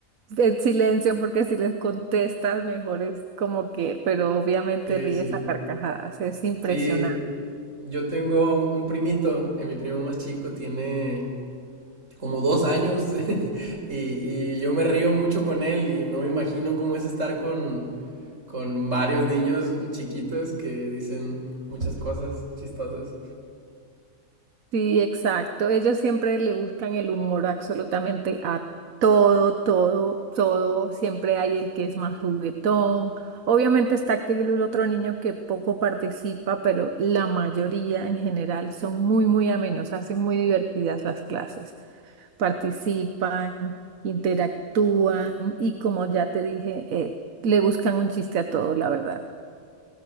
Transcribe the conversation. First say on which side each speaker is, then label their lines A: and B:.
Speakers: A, on the right; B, on the right.
A: en silencio, porque si les contestas, mejor es como que, pero obviamente
B: Sí,
A: ríes
B: sí.
A: a carcajadas, es impresionante.
B: Sí, yo tengo un primito, eh, mi primo más chico tiene como dos años <laughs> y, y yo me río mucho con él y no me imagino cómo es estar con, con varios niños chiquitos que dicen muchas cosas chistosas.
A: Sí, exacto. Ellos siempre le buscan el humor absolutamente a todo, todo, todo. Siempre hay el que es más juguetón. Obviamente está aquel otro niño que poco participa, pero la mayoría en general son muy, muy amenos, hacen muy divertidas las clases. participan, interactúan y como ya te dije, eh, le buscan un chiste a todo, la verdad.